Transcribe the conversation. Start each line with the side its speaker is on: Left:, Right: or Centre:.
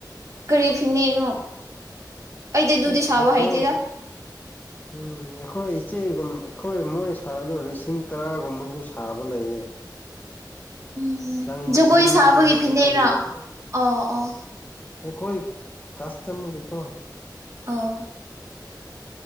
Right: ꯀꯔꯤ ꯐꯤꯅꯅꯣ ꯑꯩꯗꯤ ꯑꯗꯨꯗꯤ
Left: ꯑꯁ
Right: ꯁꯥꯕ
Left: ꯑꯩꯈꯣꯏ
Right: ꯍꯩꯗꯦꯔꯥ
Left: ꯎꯝ ꯑꯩꯈꯣꯏ ꯏꯆꯦꯒꯨꯝ ꯑꯩꯈꯣꯏ ꯃꯣꯏ ꯁꯥꯗ ꯂꯤꯁꯤꯡ ꯇꯔꯥꯒꯨꯝꯕꯁꯨ ꯁꯥꯕ ꯂꯩꯌꯦ
Right: ꯎꯝ
Left: ꯂꯪꯖꯤꯟ
Right: ꯖꯒꯣꯏ ꯁꯥꯕꯒꯤ
Left: ꯂꯥꯡꯃꯨ
Right: ꯐꯤꯅꯩꯔꯥ
Left: ꯀꯔꯤ
Right: ꯑꯣ ꯑꯣ
Left: ꯑꯩꯈꯣꯏ ꯀꯥꯁꯇꯝꯒꯤꯀꯣ
Right: ꯑꯥ